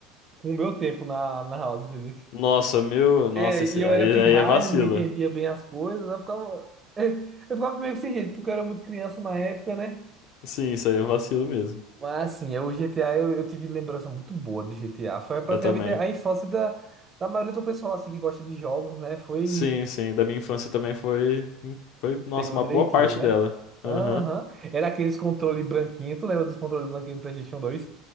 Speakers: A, on the right; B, on the left.
A: com o meu tempo na, na House, entendeu?
B: Nossa, meu, nossa,
A: É,
B: esse,
A: e eu
B: aí,
A: era pirralho,
B: aí é vacilo.
A: não entendia bem as coisas, eu ficava, <laughs> eu ficava meio que sem jeito, porque eu era muito criança na época, né?
B: Sim, isso aí é vacilo mesmo.
A: Mas assim, eu- o GTA eu, eu tive lembrança muito boa do GTA. Foi praticamente
B: Eu também.
A: a infância da, da maioria do pessoal assim que gosta de jogos, né? Foi
B: Sim, sim, da minha infância também foi, foi, nossa,
A: pegou
B: uma
A: direitinho,
B: boa parte
A: né?
B: dela. Aham.
A: Aham. Era aqueles controle branquinho. Tu lembra dos controles branquinhos do PlayStation 2?